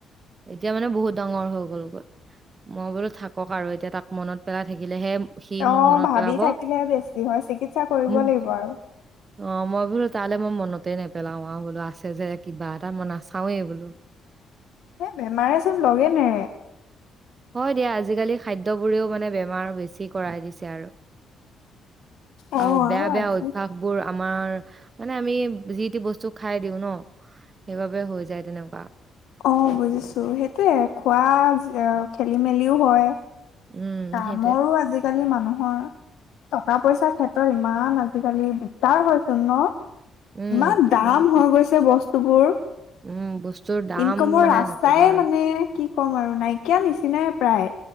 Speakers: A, on the right; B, on the left.
A: এতিয়া মানে বহুত ডাঙৰ হৈ গ'লগৈ, মই বোলো থাকক আৰু এতিয়া তাক মনত পেলাই থাকিলেহে সি
B: অঁ',
A: মোক মনত
B: ভাবি
A: পেলাব
B: থাকিলেহে বেছি হয়, চিকিৎসা কৰিব
A: মোক
B: লাগিব আৰু।
A: অ', মই বোলো তালে মই মনতে নেপেলাও, আৰু বোলো আছে যে কিবা এটা মই নাচাওৱে বোলো।
B: এ বেমাৰেচোন লগে নেৰে।
A: হয় দিয়া আজিকালি খাদ্যবোৰেও মানে বেমাৰ বেছি কৰাই দিছে আৰু।
B: অ
A: আৰু বেয়া-বেয়া
B: আজি
A: অভ্যয়াসবোৰ আমাৰ মানে আমি যি তি বস্তু খাই দিওঁ ন সেইবাবে হৈ যায় তেনেকুৱা
B: অঁ বুজিছো সেইটোয়ে খোৱা খেলি মেলিওঁ হয়
A: উম,
B: কামৰো
A: সেইটোয়ে
B: আজিকালি মানুহ। নহ, টকা পইচাৰ ক্ষেত্ৰত ইমান আজিকালি দিগদাৰ হয়চোন ন।
A: উম,
B: ইমান দাম
A: হয় আকৌ।
B: হৈ গৈছে বস্তু। বস্তুবোৰ
A: উম, বস্তুৰ দাম
B: ইনকমৰ
A: মানে
B: ৰাস্তাই
A: নকবা আৰু
B: মানে কি ক'ম, আৰু নাইকিয়া নিচিনাই প্ৰায়